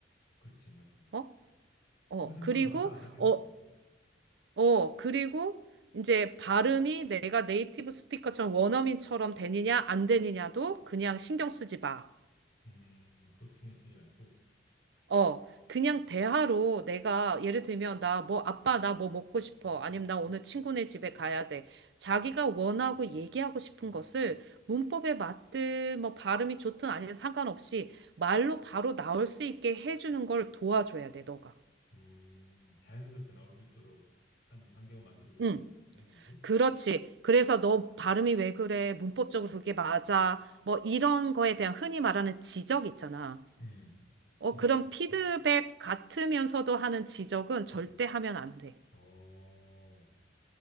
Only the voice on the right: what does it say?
어? 어,
그리고
어,
어, 그리고 이제 발음이 내가 네이티브 스피커처럼 원어민처럼 되느냐 안 되느냐도 그냥 신경 쓰지 마.
어, 그냥 대화로 내가 예를 들면 나 뭐 아빠 나 뭐 먹고 싶어. 아니면 나 오늘 친구네 집에 가야 돼. 자기가 원하고 얘기하고 싶은 것을 문법에 맞든 뭐 발음이 좋든 아니든 상관없이 말로 바로 나올 수 있게 해주는 걸 도와줘야 돼, 너가.
응,
그렇지. 그래서 너 발음이 왜 그래? 문법적으로 그게 맞아? 뭐 이런 거에 대한 흔히 말하는 지적 있잖아.
어,
그런 피드백
같으면서도 하는 지적은 절대
하면 안 돼.